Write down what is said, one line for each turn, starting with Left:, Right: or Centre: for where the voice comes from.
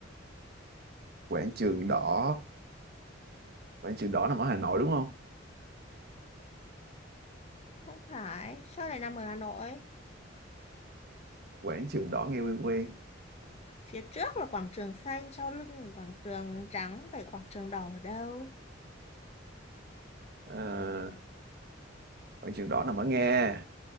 Right: quảng trường đỏ quảng trường đỏ nằm ở Hà Nội đúng không
Left: Không phải Sao lại nằm ở Hà Nội
Right: quảng trường đỏ nghe quen quen
Left: Phía trước là quảng trường xanh Sau lưng là quảng trường trắng Vậy quảng trường đỏ ở đâu
Right: Ờ, quảng trường đỏ nằm ở Nga